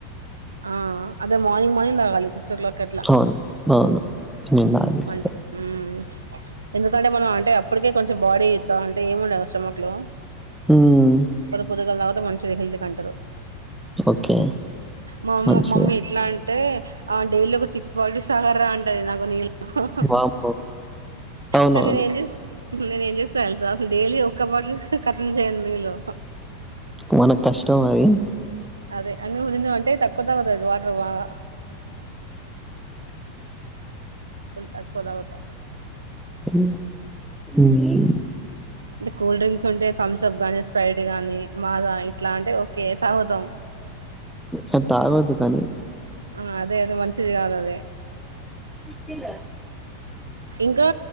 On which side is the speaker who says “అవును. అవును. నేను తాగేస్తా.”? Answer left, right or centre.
Centre